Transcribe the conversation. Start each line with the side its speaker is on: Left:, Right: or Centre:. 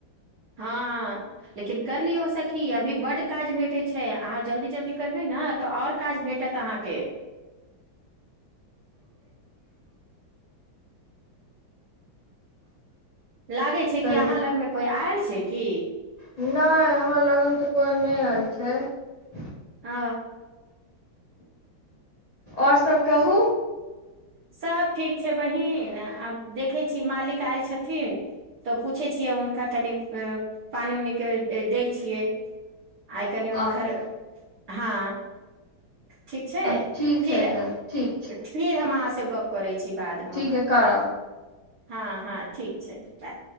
Right: हँ लेकिन कर लिय हो सखी अभी बड काज भेटै छैक अहाँ जल्दी जल्दी करबै ने त आओर काज भेटत अहाकेँ लागैत छैक
Left: सही
Right: कि अहाँ लगमे कोइ आयल छैक कि
Left: नहि हमर लगन तऽ कोइ नहि आयल छैक
Right: ह
Left: आओर सभ कहू
Right: सभ ठीक छै बहीन आब देखै छी मालिक आयल छथिन तऽ पूछै छियै हुनका कनि पानि उनीके दैत छियैक आइकन हुनकर
Left: अच्छा
Right: हँ ठीक छैक
Left: अच्छा ठीक
Right: फिर
Left: छै अच्छा ठीक छै
Right: फिर हम
Left: ठीक
Right: अहाँसँ गप करैत छी बादमे
Left: ठीक हइ करब
Right: हँ हँ ठीक छै बाय